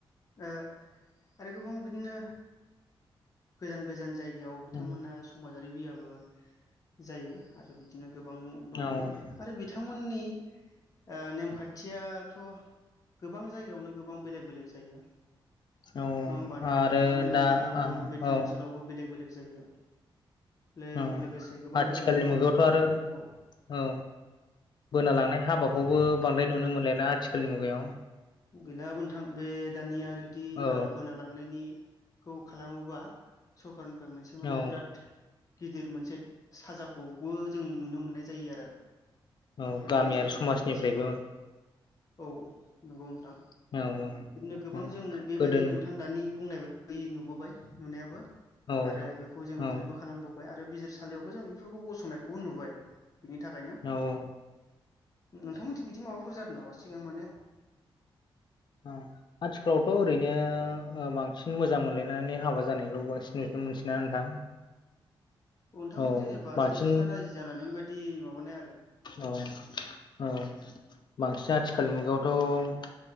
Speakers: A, on the left; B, on the left.
A: ओ आरो गोबां बिदिनो गोजान गोजान जायगायाव बिथांमोना
B: औ
A: समाजा बिबियाबो जायो आरो बिदिनो गोबां दंबायो
B: औ उम
A: आरो बिथांमोननि ओ नेमखा- थियाथ' गोबां जायगायावनो गोबां बेलेक बेलेक जायो
B: औ
A: नङा होमबा नोंथां
B: आरो
A: नोंथांमोननि
B: दा
A: एरियायावबो
B: आं
A: बेबायदि
B: औ
A: ओनसोलावबो बेलेक बेले जायो लो-लोगोसे
B: औ
A: गोबां
B: आथिखालनि
A: दोरोङारिफोरखौ
B: मुगायावथ' आरो औ बोनालांनाय हाबाखौबो
A: औ
B: बांद्राय नुनो मोनलायला आथिखालनि मुगायाव
A: गैलाबो नोथां बे दानिया जुदि
B: औ
A: ओ बोना लांनायनि खौ खालामोबा सरखारारनिफ्राय मोनसे माने
B: औ
A: बिराद गिदिर मोनसे साजाखौबो जों नुनो मोननाय जायो आरो
B: औ
A: जुदि
B: गामियारि
A: सरखारा
B: समाजनिफ्रायबो
A: मोनथियोबा औ नंगौ नोंथां
B: औ औ उम
A: बिदिनो गोबां जों बेबायदि
B: गोदो
A: नोंथां दानि बुंनाय बा- यै नुबोबाय नुनायाबो
B: औ
A: आरो बेखौ जों
B: औ
A: फिलबो खालामबोबाय आरो बिजिर सा- खालियावबो जों बेफोरखौ गसंनायखौबो नुबाय बिनि थाखायनो
B: औ
A: नो नोंथां। बिदि माबाफोर जादों नामा सिगां माने-
B: अह आथिखालावथ' ओरैनो ओ बांसिन मोजां मोनलायनानै हाबा जानायल' बांसिन नुनो मोनसै- ना नोंथां।
A: अह नोंथां
B: औ
A: जेनेबा
B: बांसिन
A: सेंग्रा सिख्ला राजि जानानै बेबायदि माबानाय आरो-
B: औ औ बांसिन आथिखाल मुगायावथ'-